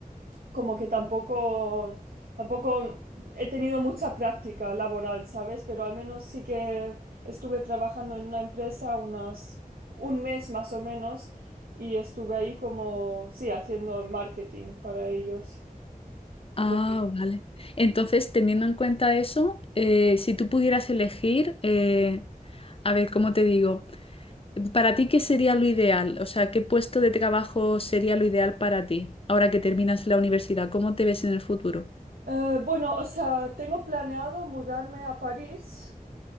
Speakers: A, on the right (about 85°); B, on the left (about 40°).
A: como que tampoco, tampoco he tenido mucha práctica laboral, ¿sabes? Pero al menos sí que estuve trabajando en una empresa unas, un mes más o menos y estuve ahí como, sí, haciendo marketing para ellos. Tipo
B: Ah,
A: de-
B: vale. Entonces, teniendo en cuenta eso, eh, si tú pudieras elegir, eh, a ver, ¿cómo te digo? ¿Para ti qué sería lo ideal? O sea, ¿qué puesto de trabajo sería lo ideal para ti ahora que terminas la universidad? ¿Cómo te ves en el futuro?
A: Eh, bueno, o sea, tengo planeado mudarme a París,